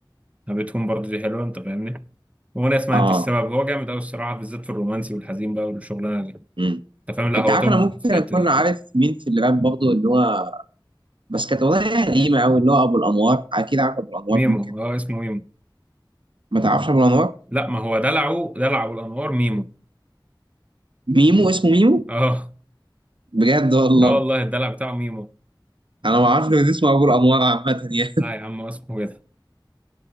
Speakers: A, on the right; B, on the right.
A: هابتهم برضه دي حلوه انت فاهمني وانا اسمها
B: اه
A: انت السبب هو جامد قوي الصراحه بالذات في الرومانسي والحزين بقى والشغلانه دي
B: امم
A: انت فاهم لا
B: انت
A: هو
B: عارف
A: توب
B: انا ممكن
A: في الحته
B: اكون
A: دي
B: عارف مين في الراب برضه اللي هو بس كانت اغنيه قديمه قوي اللي هو ابو الانوار اكيد عارف ابو الانوار
A: ميمو
B: ممكن
A: اه اسمه ميمو
B: ما تعرفش ابو الانوار
A: لا ما هو دلعه دلعه الانوار ميمو
B: ميمو اسمه ميمو
A: اه
B: بجد والله
A: اه والله الدلع بتاعه ميمو
B: انا ما اعرفش غير اسمه ابو الانوار عامه يعني
A: لا يا عم هو اسمه كده